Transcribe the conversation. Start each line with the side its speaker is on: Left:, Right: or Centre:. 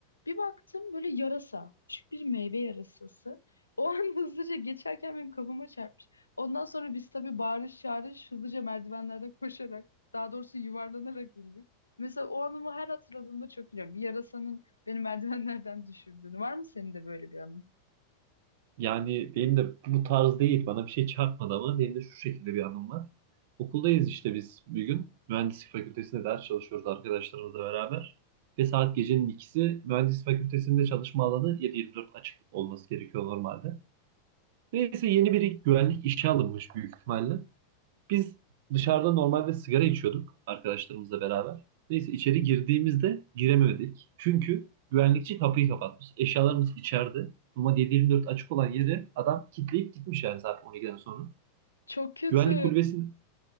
Left: Bir baktım böyle yarasa. Küçük bir meyve yarasası. O an <laughs> hızlıca geçerken benim kafama çarpmış. Ondan sonra biz tabii bağırış çağırış hızlıca merdivenlerden koşarak daha doğrusu yuvarlanarak indik. Mesela o anımı her hatırladığımda çok gülüyorum. Bir yarasanın beni merdivenlerden düşürdüğünü. Var mı senin de böyle bir anın?
Right: Yani benim de bu tarz değil. Bana bir şey çarpmadı ama benim de şu şekilde bir anım var. Okuldayız işte biz bir gün. Mühendislik fakültesinde ders çalışıyoruz arkadaşlarımızla beraber. Ve saat gecenin ikisi mühendislik fakültesinde çalışma alanı 7-24 açık olması gerekiyor normalde. Neyse yeni biri güvenlik işe alınmış büyük ihtimalle. Biz dışarıda normalde sigara içiyorduk arkadaşlarımızla beraber. Neyse içeri girdiğimizde giremedik. Çünkü güvenlikçi kapıyı kapatmış. Eşyalarımız içeride. Ama 7/24 açık olan yeri adam kilitleyip gitmiş yani saat 12'den sonra.
Left: Çok kötü.
Right: Güvenlik kulübesinin